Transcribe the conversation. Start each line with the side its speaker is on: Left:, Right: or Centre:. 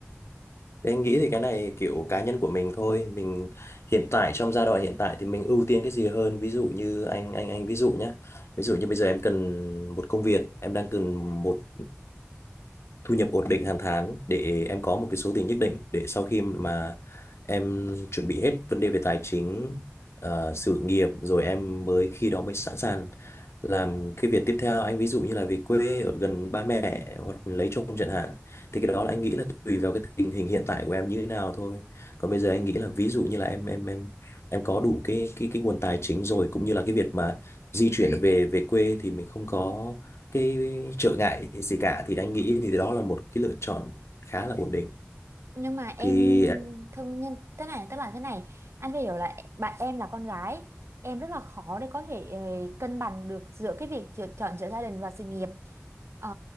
Left: Thì anh nghĩ thì cái này kiểu cá nhân của mình thôi. Mình hiện tại trong giai đoạn hiện tại thì mình ưu tiên cái gì hơn. Ví dụ như anh anh anh ví dụ nhé. Ví dụ như bây giờ em cần một công việc, em đang cần một thu nhập ổn định hàng tháng để em có một cái số tiền nhất định để sau khi mà em chuẩn bị hết vấn đề về tài chính ờ, sự nghiệp rồi em mới khi đó mới sẵn sàng làm cái việc tiếp theo anh ví dụ như là về quê ở gần ba mẹ hoặc lấy chồng chẳng hạn thì cái đó là anh nghĩ là tùy vào cái tình hình hiện tại của em như thế nào thôi còn bây giờ anh nghĩ là ví dụ như là em em em em có đủ cái cái cái nguồn tài chính rồi cũng như là cái việc mà di chuyển về về quê thì mình không có cái trở ngại gì cả thì anh nghĩ thì đó là một cái lựa chọn khá là ổn định
Right: nhưng mà em
Left: thì
Right: thương nhân thế này tức là thế này anh phải hiểu là bạn em là con gái em rất là khó để có thể ờ, cân bằng được giữa cái việc chọn chọn giữa gia đình và sự nghiệp ờ,